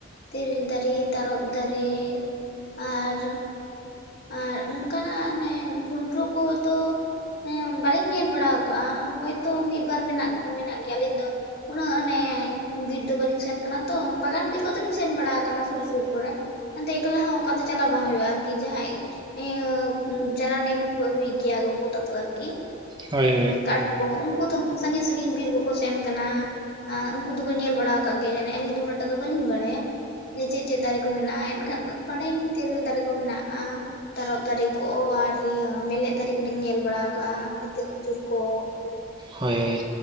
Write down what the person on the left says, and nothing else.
ᱛᱤᱨᱤᱞ ᱫᱟᱨᱮ ᱛᱟᱨᱚᱵ ᱫᱟᱨᱮ ᱟᱨ ᱟᱨ ᱚᱱᱠᱟᱱᱟᱜ ᱚᱱᱮ ᱵᱷᱩᱸᱰᱨᱩ ᱠᱚᱫᱚ ᱦᱮ ᱵᱟᱹᱞᱤᱧ ᱧᱮᱞ ᱵᱟᱲᱟ ᱟᱠᱟᱜᱼᱟ ᱦᱳᱭᱛᱚ ᱢᱤᱫ ᱵᱟᱨ ᱢᱮᱱᱟᱜ ᱜᱮ ᱢᱮᱱᱟᱜ ᱜᱮᱭᱟ ᱟ. ᱞᱤᱡ ᱫᱚ ᱩᱱᱟᱹᱜ ᱟᱱᱮ ᱵᱤᱨ ᱫᱚ ᱵᱟ. ᱞᱤᱧ ᱥᱮᱱ ᱠᱟᱱᱟ ᱛᱚ ᱵᱟᱜᱟᱱ ᱵᱤᱨ ᱠᱚ ᱫᱚᱧ ᱥᱮᱱ ᱵᱟᱲᱟ ᱟᱠᱟᱱᱟ ᱥᱩᱨ ᱥᱩᱨ ᱠᱚᱨᱮ ᱮᱠᱞᱟ ᱦᱚᱸ ᱚᱱᱠᱟ ᱫᱚ ᱪᱟᱞᱟᱣ ᱵᱟᱝ ᱦᱩᱭᱩᱜᱼᱟ ᱟᱨᱠᱤ ᱡᱟᱦᱟᱸᱭ ᱤᱭᱟᱹ ᱡᱟᱞᱟᱱᱤ ᱠᱚ ᱠᱚ ᱟᱜᱩᱭ ᱜᱮᱭᱟ ᱜᱚᱜᱚ ᱛᱟᱠᱚ ᱟᱨᱠᱤ
ᱠᱟᱴ ᱠᱚ ᱩᱱᱠᱩ ᱫᱚ ᱥᱟᱺᱜᱤᱧ ᱥᱟᱺᱜᱤᱧ ᱵᱤᱨ ᱠᱚ ᱠᱚ ᱥᱮᱱ ᱠᱟᱱᱟ ᱟᱨ ᱩᱱᱠᱩ ᱫᱚ ᱠᱚ ᱧᱮᱞ ᱵᱟᱲᱟ ᱠᱟᱜ ᱜᱮᱭᱟ ᱦᱟᱵᱤᱡ ᱟᱞᱤᱧ ᱫᱚ ᱩᱱᱟᱹᱜ ᱴᱟᱜ ᱫᱚ ᱵᱟᱹᱞᱤᱧ ᱵᱟᱲᱟᱭᱟ ᱡᱮ ᱪᱮᱫ ᱪᱮᱫ ᱫᱟᱨᱮ ᱠᱚ ᱢᱮᱱᱟᱜᱼᱟ ᱮᱱᱠᱷᱟᱱ ᱵᱟᱲᱟᱭ ᱟ. ᱞᱤᱧ ᱛᱮᱨᱮᱞ ᱫᱟᱨᱮ ᱠᱚ ᱢᱮᱱᱟᱜᱼᱟᱼᱼ ᱛᱟᱨᱚᱵ ᱫᱟᱨᱮ ᱠᱚ ᱟᱨ ᱤᱭᱟᱹ ᱢᱮᱨᱞᱮᱡ ᱫᱟᱨᱮ ᱠᱩᱞᱤᱧ ᱧᱮᱞ ᱵᱟᱲᱟᱣ ᱠᱟᱜᱼᱟ, ᱠᱤᱛᱟᱹ ᱠᱷᱤᱡᱩᱨ ᱠᱚ᱾